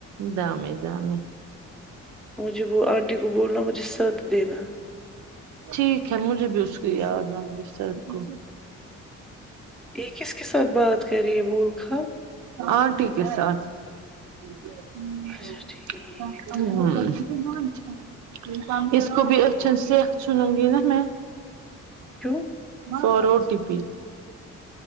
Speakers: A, on the right (about 75°); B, in the centre.
A: دامیں دامیں
B: مجھے وہ آنٹی کو بولنا مجھے سٹ دینا
A: ٹھیک ہے مجھے بھی اس کی یاد آ گے سٹ کو
B: یہ کس کے ساتھ بات کر رہے بول خاں
A: آنٹی کے ساتھ ہوں
B: اچھا ٹھیک
A: ہوں اس کو بھی اچھے سےچنوں گی نا میں
B: کیوں
A: فور او ٹی پی